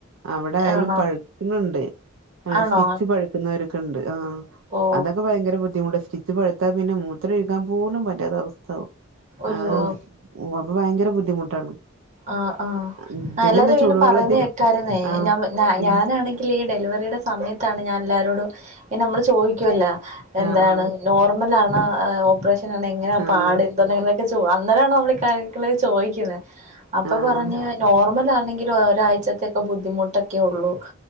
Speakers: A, on the right; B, on the right.
A: അവിടെ ആയാലും
B: ആണോ
A: പഴ്ക്ക്ണിണ്ട്. ഏഹ്
B: ആണോ
A: സ്റ്റിച്ച് പഴുക്കുന്നവരൊക്കെ ഉണ്ട് ആഹ്
B: ഓ
A: അതൊക്കെ ഭയങ്കര ബുദ്ധിമുട്ട് സ്റ്റി ച്ച് പഴ്ത്താ പിന്നെ മൂത്രം ഒഴിക്കാൻ പോലും പറ്റാത്ത അവസ്ഥാവും
B: അയ്യോ
A: ആഹ് ഓഹ് അപ്പൊ ഭയങ്കര ബുദ്ധിമുട്ടാണ്.
B: ആഹ് ആഹ്
A: ഉം പിന്നെന്താ
B: എല്ലാരും ഇങ്ങനെ
A: ചൂടുവെള്ളത്തിൽ
B: പറയുന്ന കേക്കാരുന്നേ
A: ആഹ്
B: ഞ
A: ആഹ്
B: ഞാനാണെങ്കി- ലീ ഡെലിവറിയുടെ സമയത്താണ് ഞാൻ എല്ലാരോടും ഇങ്നെ മ്മൾ ചോയ്ക്ക്യോല്ലാ. എന്താണ്
A: ആഹ്
B: നോർമലാണോ ഓപ്പറേഷൻ ആണ് എങ്ങനാ
A: ആഹ്
B: പാട് ഇപ്പൊ നിങ്ങള് - <unintelligible> അന്നരാണ് നമ്മള് ഈ കാര്യങ്ങള് ചോദിക്കുന്നെ അപ്പൊ
A: ആഹ്
B: പറഞ്ഞ് നോർമലാണെങ്കി ഒരാഴ്ചത്തക്കെ ബുദ്ധിമുട്ടൊക്കെ ഉള്ളൂ.